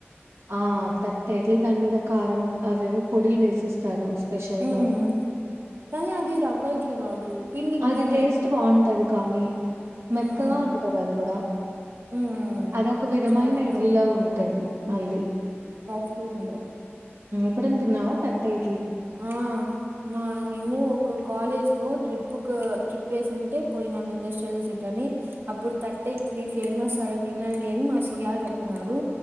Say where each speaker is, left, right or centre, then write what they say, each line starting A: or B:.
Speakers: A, on the right; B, on the right.
A: ఆ తట్టాఇడ్లీ దాని మీద కారం అవి ఇవ్ పొడిలు వేసిస్తారు స్పెషల్గా
B: మ్మ్ కానీ అది రవ్వ ఇడ్లీ కాదు పిండి ఇడ్లీనే
A: అది టేస్ట్ బాగుంటది కానీ మెత్తగా
B: మ్మ్
A: ఉంటాది అది కూడా
B: ఉమ్
A: అదొక విధమైన
B: సాఫ్ట్గా
A: ఇడ్లీలా ఉంటది మళ్ళీ
B: పెంగా
A: ఎప్పుడ తిన్నావా తట్టాఇడ్లీ
B: ఆ మా మేము ఒక కాలేజ్ లో ట్రిప్ ట్రిప్ ట్రిపేసుంటే పోయినాం ఇండస్ట్రియల్ జట్ అని అప్పుడు తట్ట ఇడ్లీ ఫేమస్ ఆడ తినండి అని మా సియా చెప్పినాడు